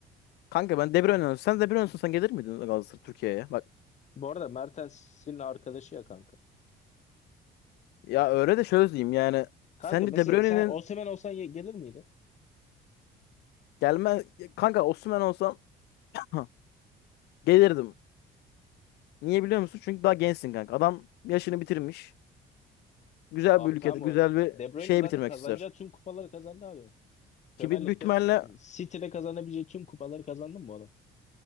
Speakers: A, on the left; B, on the left.
A: Kanka ben De Bruyne olsam- Sen De Bruyne olsan gelir miydin Galatasaray Türkiye'ye? Bak
B: Bu arada Mertens'in arkadaşı ya kanka.
A: ya öyle de şöyle diyeyim yani.
B: Kanka
A: Sence
B: mesela
A: De Bruyne'nin
B: sen Osimhen olsan ye- gelir miydin?
A: gelme... Kanka Osimhen olsam <clears throat> gelirdim. Niye biliyor musun? Çünkü daha gençsin kanka. Adam yaşını bitirmiş. Güzel
B: Abi
A: bir ülkede
B: tamam
A: güzel
B: o
A: bir
B: De Bruyne
A: şey
B: zaten
A: bitirmek
B: kazanacağı
A: ister.
B: tüm kupaları kazandı abi.
A: Ki
B: Premier
A: bir-
B: Lig'de
A: büyük ihtimalle
B: City'de kazanabileceği tüm kupaları kazandı mı bu adam?